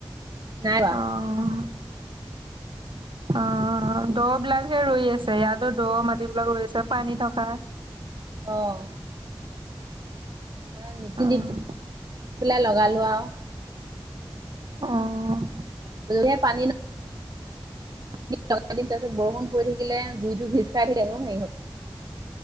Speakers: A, on the right (about 50°); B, on the right (about 70°).
A: নাই ৰোৱা।
B: অঁ' অঁ'। দ' বিলাকহে ৰুই আছে ইয়াতো দ' মাটিবিলাক ৰুই আছে পানী থকা।
A: অঁ' মানে নিপি
B: অ'
A: দিপ পেলাই লগালোঁ আও।
B: অ'
A: যদিহে পানী ন- <unintelligible> তাৰপাছত বৰষুণ পৰি থাকিলে গুৰিতো ভিজ খাই থাকিলে এনেও হেৰি হব।